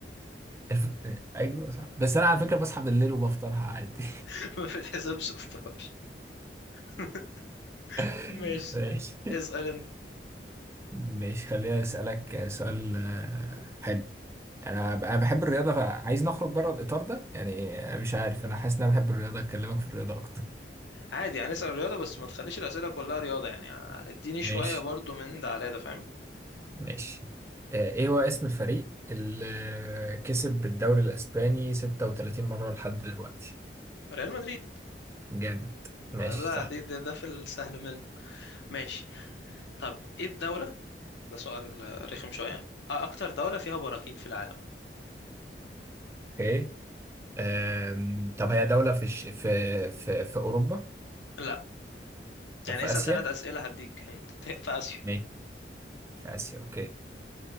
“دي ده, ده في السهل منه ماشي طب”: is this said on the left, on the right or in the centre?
Left